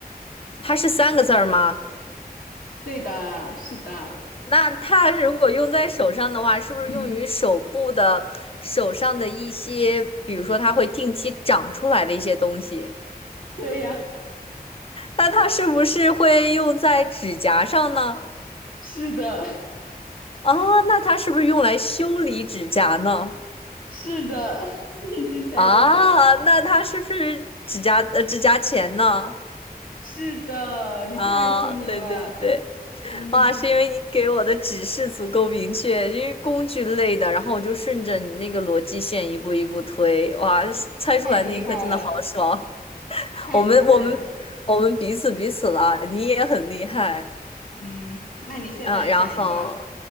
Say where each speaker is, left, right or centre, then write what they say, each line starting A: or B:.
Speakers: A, on the left; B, on the left.
A: 它是三个字儿吗？
B: 对的，是的。
A: 那它如果用在手上的话，是不是用于手部的手上的一些，
B: 嗯。
A: 比如说它会定期长出来的一些东西？
B: <laughs> 对呀，
A: 那它是不是会用在指甲上呢？
B: 是的，
A: 啊，那它是不是用来修理指甲呢？
B: 是的，你已经猜出来了。
A: 啊，那它是不是指甲呃指甲钳呢？
B: 是的，
A: 啊，
B: 你太聪明了，
A: 对对对。
B: 嗯，
A: 哇，是因为你给我的指示足够明确，因为工具类的，然后我就顺着你那个逻辑线一步一步推，哇，猜出来那一刻真的好爽。
B: 太厉害了，
A: <laughs>
B: 太厉害了，
A: 我们我们我们彼此彼此了，你也很厉害。
B: 嗯，那你现在想一个，
A: 嗯，然后